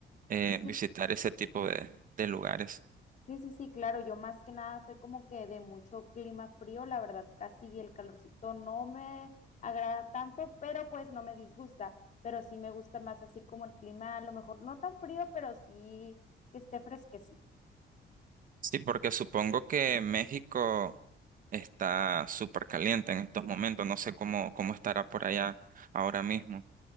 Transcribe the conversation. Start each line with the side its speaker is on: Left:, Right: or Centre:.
Right: eh,
Left: Sí,
Right: visitar ese tipo de, de lugares.
Left: Sí, sí, sí, claro, yo más que nada soy como que de mucho clima frío, la verdad, casi el calorcito no me agrada tanto, pero pues no me disgusta, pero sí me gusta más así como el clima, a lo mejor no tan frío, pero sí que esté fresquecito.
Right: Sí, porque supongo que México está súper caliente en estos momentos, no sé cómo, cómo estará por allá ahora mismo.